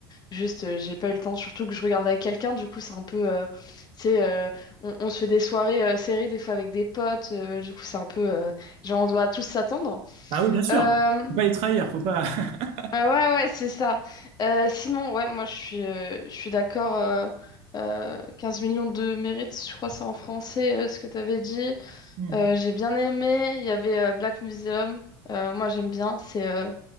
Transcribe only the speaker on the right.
Ah oui, bien sûr.
Faut pas les trahir, faut pas. <laughs>
Hmm.